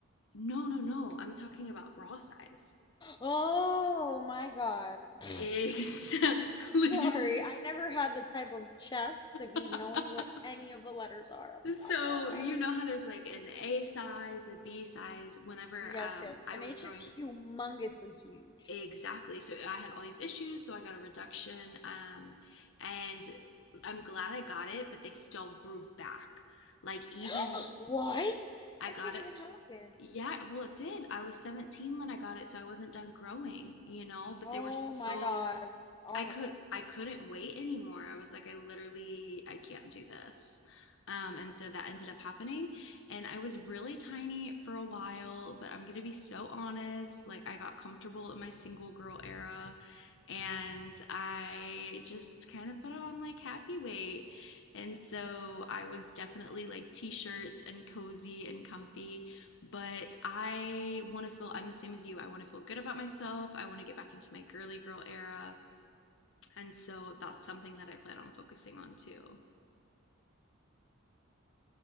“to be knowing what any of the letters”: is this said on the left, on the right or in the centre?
Left